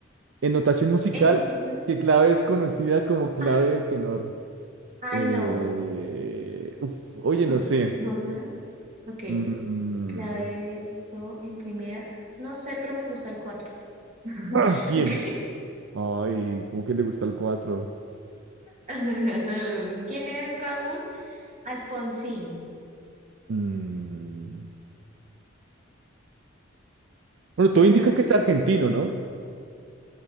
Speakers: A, on the right; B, on the right.
A: En notación musical,
B: En, ujú.
A: ¿qué clave es conocida como clave
B: Ay,
A: de tenor?
B: ay,
A: Eh,
B: no.
A: uf, oye,
B: ¿Tú
A: no sé.
B: no sabes? Ok.
A: Mm,
B: Clave de do en primera. No sé, pero me gusta el cuatro. <laughs>
A: ah, bien,
B: Ok.
A: Ay, ¿cómo que le gusta el 4?
B: <laughs> ¿Quién es Raúl? Alfonsín,
A: Bueno, todo
B: el primer
A: indica
B: presidente.
A: que es argentino, ¿no?